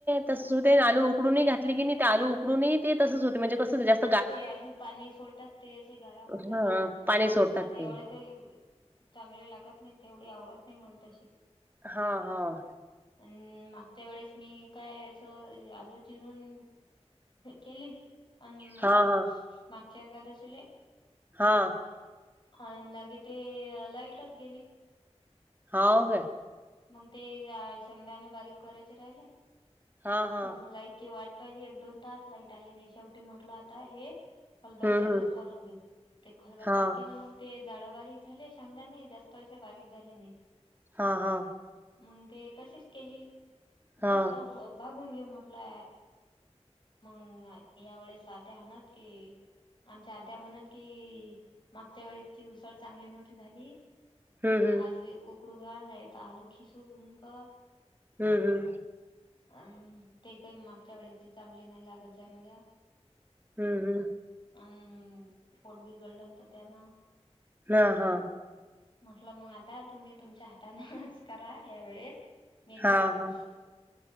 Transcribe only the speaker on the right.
तसंच होते, आलू उकडूनही घातली की नी ते आलू उकडूनही ते तसंच होते, म्हणजे कसं जास्.
हा
पाणी सोडतात
ते.
हां हां.
हा हा
हा.
हाव का.
हा हा
हम्म हम्म
हा
हा हा.
हा
हम्म हम्म
हम्म हम्म.
हम्म हम्म.
हा हा.
हा
हा